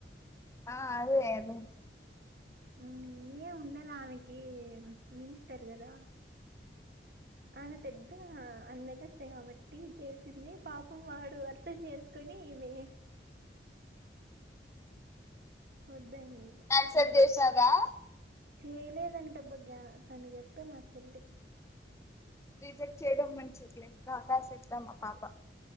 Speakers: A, on the left; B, on the right.
A: ఆ అదే అదే
B: ఉం ఏమి ఉండదు ఆమెకి మినిస్టర్ కదా ఆమె పెద అ అందగతే కాబట్టి చేసింది పాపం వాడు అర్థం చేసుకొని ఇమే వద్దాని చేసిన
A: యాక్సెప్ట్
B: రిక్వెస్ట్
A: చేసారా
B: చేయలేదంటెబ్ గ్యా తను చెప్తే మా చెల్లి
A: రిజెక్ట్ చేయడం మంచిదిలే వకాశ ఇస్తాం మా పాప